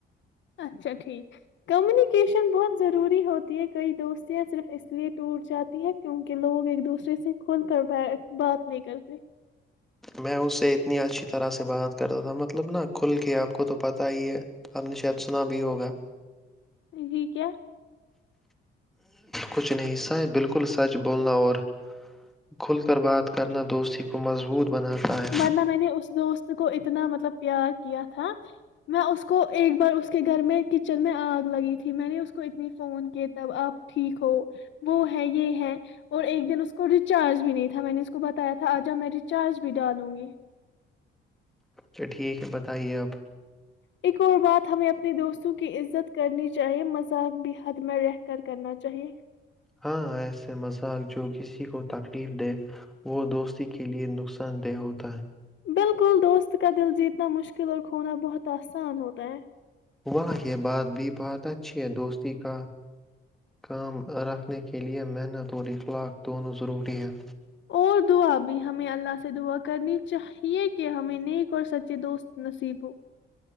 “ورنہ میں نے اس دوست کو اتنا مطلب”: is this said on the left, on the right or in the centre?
Left